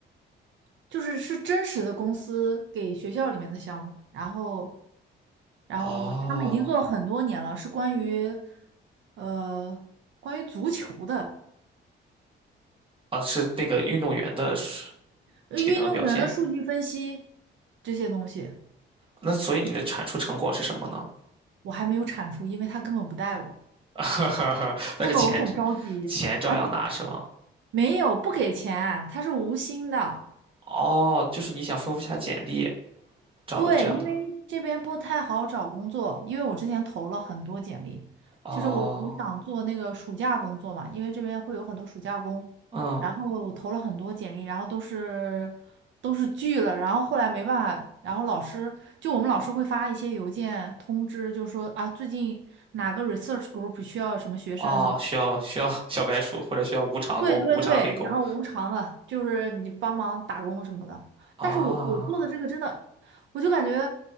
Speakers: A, on the right; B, on the right.
A: 就是是真实的公司给学校里面的项目，然后然后他们已经做了很多年了，
B: 哦，
A: 是关于呃关于足球的
B: 啊，是那个运动员的水
A: 呃运动员的数据分析
B: 体能表现。
A: 这些东西，
B: 那所以你的产出成果是什么呢？
A: 我还没有产出，因为他根本不带我。
B: <laughs> 但是钱，
A: 弄得我很着急，
B: 钱照样拿是吗？
A: 而且没有不给钱，他是无薪的。
B: 哦，就是你想丰富一下简历，找的这样的。
A: 对，因为这边不太好找工作，因为我之前投了很多简历，
B: 哦，
A: 就是我我想做那个暑假工作嘛，因为这边会有很多暑假工，
B: 嗯，
A: 然后我投了很多简历，然后都是都是拒了，然后后来没办法，然后老师就我们老师会发一些邮件通知，就说啊最近哪个 research group 需要什么学生什么。
B: 哦，需要需要小白鼠，或者需要无偿工、
A: 对对对，
B: 无偿黑工
A: 然后无偿的，就是你帮忙打工什么的。
B: 啊。
A: 但是我我做的这个真的，我就感觉